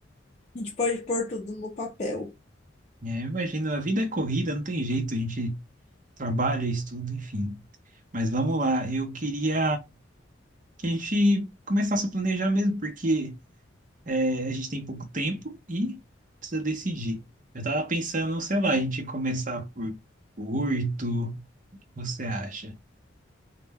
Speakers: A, on the left (about 35°); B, on the right (about 40°).
A: gente pode pôr tudo no papel.
B: É, eu imagino, a vida é corrida, não tem jeito, a gente trabalha, estuda, enfim. Mas vamos lá, eu queria que a gente começasse a planejar mesmo, porque é, a gente tem pouco tempo e precisa decidir. Eu tava pensando, sei lá, a gente começar por Porto, o que você acha?